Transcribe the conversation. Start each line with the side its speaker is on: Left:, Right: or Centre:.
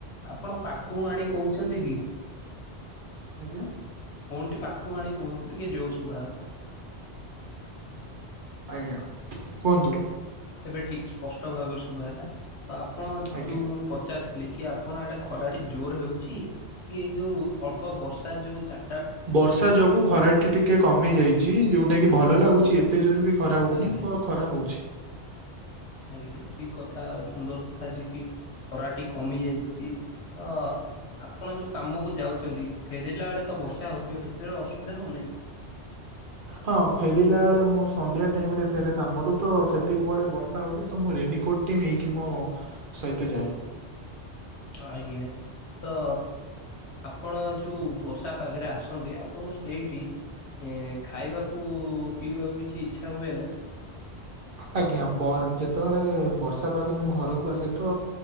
Left: ଆପଣ ପାଖକୁ ଆଣି କହୁଛନ୍ତି କି?
Right: ଆଜ୍ଞା?
Left: ଫୋନ୍ ଟି ପାଖକୁ ଆଣି କୁହନ୍ତୁ ଟିକେ ଜୋର ଶୁଭା ହବ।
Right: ଆଜ୍ଞା କୁହନ୍ତୁ।
Left: ଏବେ ଠିକ ସ୍ପଷ୍ଟ ଭାବରେ ଶୁଭ ହେଲା ତ ଆପଣ
Right: ଆଜ୍ଞା
Left: ଯୋଉ ମୁଁ ପଚାରୁିଥିଲି କି ଆପଣ ଏଇଟେ ଖରାଟି ଜୋର ହେଉଛି କି ଏଇ ଯୋଉ ଅଳ୍ପ ବର୍ଷା ଯୋଉ ଚା
Right: ବର୍ଷା ଯୋଗୁଁ ଖରାଟି ଟିକେ କମି ଯାଇଛି ଯୋଉଟା କିି ଭଲ ଲାଗୁଛି ଏତେ ଜୋରେ ବି ଖରା ହଉନି
Left: ଆଜ୍ଞା।
Right: ପ ଖରା ହଉଛି।
Left: ଆଜ୍ଞା ଠିକ୍ କଥା ଆଉ ସୁନ୍ଦର କଥା ଯେ କି ଖରାଟି କମି ଯାଇଚି। ତ ଆପଣ ଯୋଉ କାମକୁ ଯାଉଚନ୍ତି ଫେରିଲା ବେଳେ। ତ ବର୍ଷା ହଉଥିବ ହେତବେଳେ ଅସୁବିଧା ହଉନେ।
Right: ହଁ ଫେରିଲା ବେଳେ ମୁଁ ସନ୍ଧ୍ୟା ଟାଇମ୍ ରେ ଫେରେ କାମରୁ ତ ସେତିକି ବେଳେ ବର୍ଷା ହଉଚି। ତ ମୁଁ ରେନିକୋଟ୍ ଟେ ନେଇକି ମୋ ସହିତ ଯାଏ।
Left: ଆଜ୍ଞା ତ। ଆପଣ ଯୋଉ ବର୍ଷା ପାଗରେ ଆସନ୍ତି ଆପଣ ସେଇଠି। ଏ ଖାଇବାକୁ ପିଇବାକୁ କିଛି ଇଚ୍ଛା ହୁଏ ନା?
Right: ଆଜ୍ଞା ବର ଯେତବଳେ ବର୍ଷା ପାଗରେ ମୁଁ ଘରକୁ ଆସେ ତ।